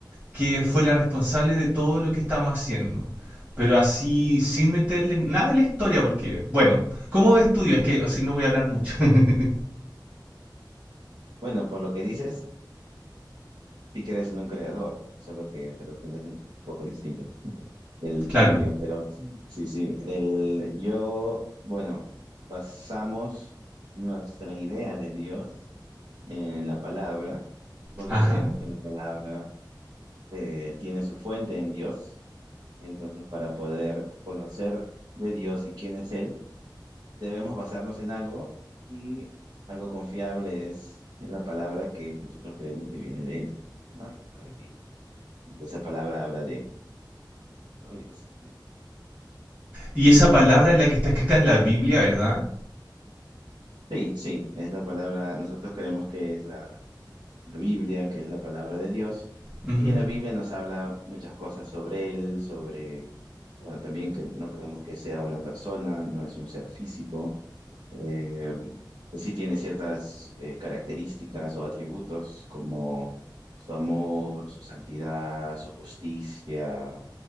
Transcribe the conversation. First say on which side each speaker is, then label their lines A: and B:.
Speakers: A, on the right; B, on the right.
A: que fue la responsable de todo lo que estamos haciendo. Pero así, sin meterle nada de la historia, porque, bueno, ¿cómo de estudio? Es que, o si no voy a hablar mucho. <laughs>
B: Bueno, por lo que dices, sí crees en un creador, solo que de repente es un poco distinto del,
A: claro.
B: que el mío, pero sí, sí, el, yo, bueno, basamos nuestra idea de Dios en la palabra, porque
A: Ajá.
B: creemos que la palabra eh, tiene su fuente en Dios, entonces para poder conocer de Dios y quién es Él, debemos basarnos en algo y algo confiable es la palabra que nosotros creemos que viene de Él, ¿no? Y- y- esa palabra habla de Ay, no sé.
A: Y esa palabra es la que está escrita en la Biblia, ¿verdad?
B: Sí, sí, es la palabra, nosotros creemos que es la, la Biblia, que es la palabra de Dios,
A: Ujú,
B: y en la Biblia nos habla muchas cosas sobre Él, sobre, bueno, también que no creemos que sea una persona, no es un ser físico, eh, sí tiene ciertas eh, características o atributos como su amor, su santidad, su justicia,